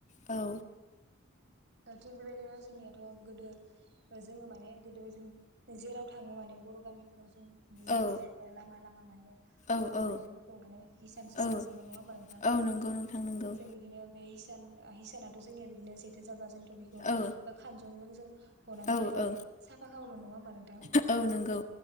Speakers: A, on the left (about 35°); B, on the right (about 60°).
A: औ
B: थिग बेबायदिनो जोंनियाथ' गोदो जोङो माने गोदो जों जेराव थाङो माने बर' गामिफोराव जों नुयोमोन
A: औ
B: जे लामा लामा माने
A: औ
B: बर'
A: औ
B: आइजोफोरखौ माने हिसान
A: औ
B: सोंनाय नुयोमोन नङा होमबा नोंथां?
A: औ नंगौ नोंथां नंगौ।
B: जों बिदिनो बे हिसान हिसानाथ' जोंनिया बिदिनो जेथो जाब्ला जोंथ' बेखौ
A: औ
B: खानजंजों जों हनानै
A: औ औ
B: साफा खामोमोन नङा होमबा नोंथां?
A: औ नंगौ।